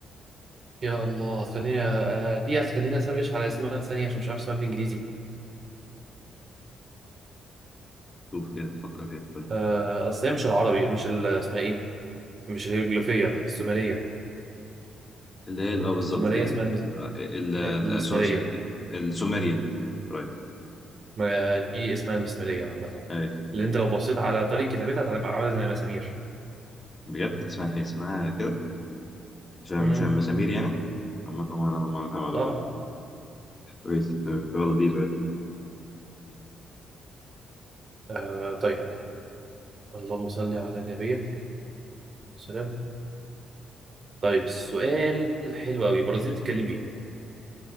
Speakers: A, on the right (about 45°); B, on the left (about 30°).
A: <clears throat> يا الله خليني آه، دي خليني اسرش على اسمها ثانيه عشان مش عارف اسمها بالانجليزي
B: شوف كده فكر فيها
A: آه. اصل هي مش العربي مش ال- اسمها ايه مش الهيروغليفيه السومريه
B: اللي هي ال- اه بالظبط
A: السومريه
B: ال
A: اسمها المس...
B: آه، ال ال-
A: المسماريه
B: السومريان قريب
A: ما دي اسمها المسماريه عامه
B: ايه
A: اللي انت لو بصيت على طريقه كتابتها هتبقى عامله زي المسامير
B: بجد اسمها ايه اسمها كده مش مش
A: مم.
B: مسامير يعني اما طبعا انا ما اعرف المعلومه
A: اه
B: دي كويس طب طب يلا دي سؤال
A: آه، طيب اللهم صل على نبيك السلام طيب السؤال حلو قوي البرازيل بتتكلم ايه